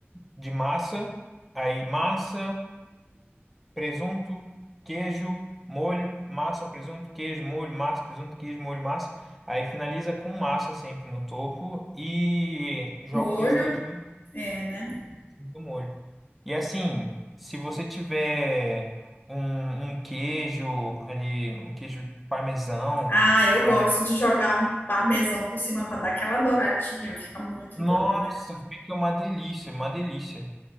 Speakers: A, in the centre; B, on the left (about 50°).
A: de massa, aí massa presunto, queijo, molho, massa, presunto, queijo, molho, massa, presunto, queijo, molho, massa. Aí finaliza com massa sempre no topo e joga
B: Molho.
A: o restante tudo
B: É, né?
A: do molho. E assim, se você tiver um, um queijo ali, um queijo parmesão
B: Ah, eu
A: para
B: gosto de jogar um parmesão por cima para dar aquela douradinha, fica muito
A: nossa,
B: bom, né?
A: fica uma delícia, uma delícia.